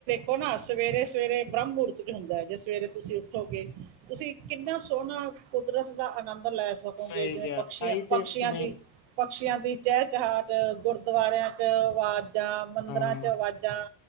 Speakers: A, on the right; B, on the left.
A: ਉਹ ਨਾ ਸਵੇਰੇ-ਸਵੇਰੇ ਬ੍ਰਹਮ ਮਹੂਰਤ 'ਚ ਹੁੰਦਾ ਏ ਜੇ ਸਵੇਰੇ ਤੁਸੀਂ ਉੱਠੋਗੇ ਤੁਸੀਂ ਕਿੰਨਾ ਸੋਨਾ ਕੁਦਰਤ ਦਾ ਅਨੰਦ ਲੈ ਸ ਸੁਣੋਂਗੇ,
B: ਸਹੀ
A: ਜਿਵੇਂ
B: ਕਿਹਾ
A: ਪਕਸ਼ੀਆਂ,
B: ਆਈ ਤੇ
A: ਦੀ
B: ਮੈਂ
A: ਪਕਸ਼ੀਆਂ, ਦੀ ਚਹਿ ਚਹਾਟ ਗੁਰਦੁਆਰਿਆਂ ਚ ਆਵਾਜ਼ਾਂ ਮੰਦਿਰਾਂ
B: ਹਾਂ
A: ਚ ਅਵਾਜ਼ਾਂ,